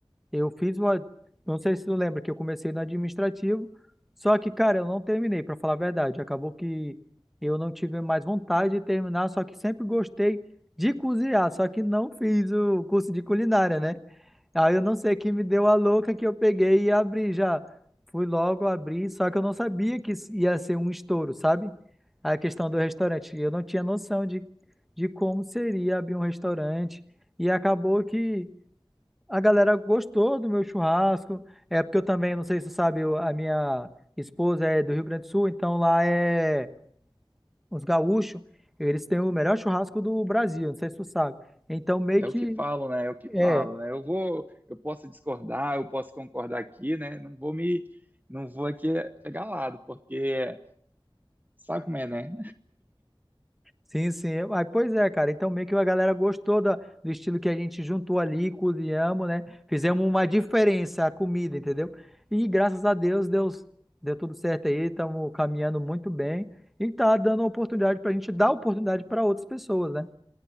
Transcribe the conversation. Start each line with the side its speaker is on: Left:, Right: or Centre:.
Centre: Eu fiz uma. Não sei se tu lembra que eu comecei no administrativo, só que, cara, eu não terminei, pra falar a verdade. Acabou que eu não tive mais vontade de terminar, só que sempre gostei de cozinhar, só que não fiz o curso de culinária, né? Aí eu não sei que me deu a louca que eu peguei e abri já. Fui logo abrir, só que eu não sabia que isso ia ser um estouro, sabe? A questão do restaurante. Eu não tinha noção de, de como seria abrir um restaurante. E acabou que. A galera gostou do meu churrasco. É porque eu também, não sei se você sabe, eu- a minha esposa é do Rio Grande do Sul, então lá é os gaúchos, eles têm o melhor churrasco do Brasil, não sei se tu sabe. Então meio
Right: É
Centre: que
Right: o que falo, né? É o que falo,
Centre: é,
Right: né? Eu vou, eu posso discordar, eu posso concordar aqui, né? Não vou me, não vou aqui pegar lado, porque sabe como é, né?
Centre: Sim, sim. Eu- Aí, pois é, cara. Então, meio que a galera gostou da, do estilo que a gente juntou ali, cozinhamos, né? Fizemos uma diferença a comida, entendeu? E graças a Deus, Deus deu tudo certo aí. Estamos caminhando muito bem e tá dando oportunidade pra gente dar oportunidade para outras pessoas, né?